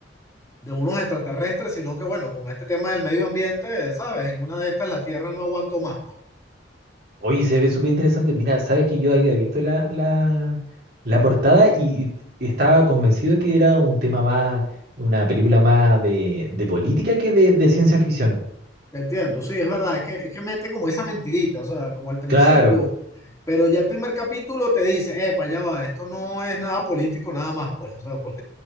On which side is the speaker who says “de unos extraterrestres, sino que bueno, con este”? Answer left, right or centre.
Left